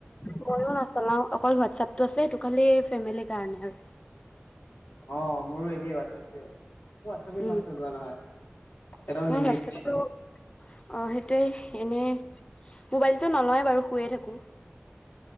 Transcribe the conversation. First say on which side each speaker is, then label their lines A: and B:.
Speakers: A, on the left; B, on the left.
A: ময়ো নচলাও, অকল হোৱাটছাপটো আছে সেইটো খালি ফেমিলিৰ কাৰণে আৰু।
B: অ' মোৰো একেই হোৱাটছএপটোৱে আছে তাকো হোৱাটছএপ ইমান
A: উম,
B: চলোৱা নহয় একদম
A: মই
B: লিমিট।
A: হোৱাটছআপটো অ' সেইটোৱে, এনে মোবাইলটো নলৱে বাৰু, শুয়ে থাকোঁ।